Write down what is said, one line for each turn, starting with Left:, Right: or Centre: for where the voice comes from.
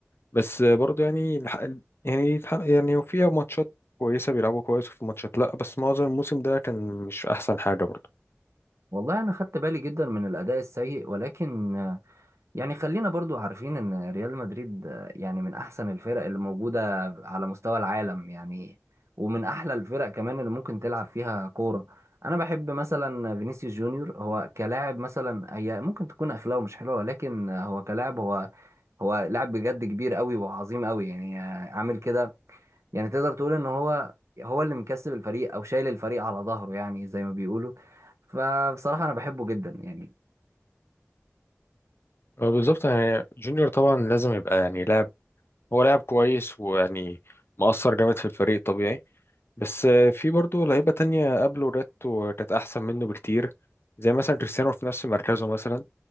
Left: بس آه، برضو يعني الح- يعني يتح- يعني فيها ماتشات كويسه بيلعبوا كويس وفي ماتشات لا بس معظم الموسم ده كان مش احسن حاجه برضو
Right: والله انا خدت بالي جدا من الاداء السيء ولكن آه، يعني خلينا برضو عارفين ان ريال مدريد آه، يعني من احسن الفرق اللي موجوده على مستوى العالم يعني ومن احلى الفرق كمان اللي ممكن تلعب فيها كوره انا بحب مثلا فينيسيوس جونيور هو كلاعب مثلا هي ممكن تكون اخلاقه مش حلوه ولكن آه، هو كلاعب هو هو لاعب بجد كبير قوي وعظيم قوي يعني آه، عامل كده يعني تقدر تقول ان هو هو اللي مكسب الفريق او شايل الفريق على ظهره يعني زي ما بيقولوا فبصراحة انا بحبه جدا يعني
Left: آه، بالظبط يعني جونيور طبعا لازم يبقى يعني لاعب هو لاعب كويس ويعني مؤثر جامد في الفريق طبيعي بس آه، في برضه لعيبة تانية قبله جت وكانت أحسن منه بكتير زي مثلا كريستيانو في نفس مركزه مثلا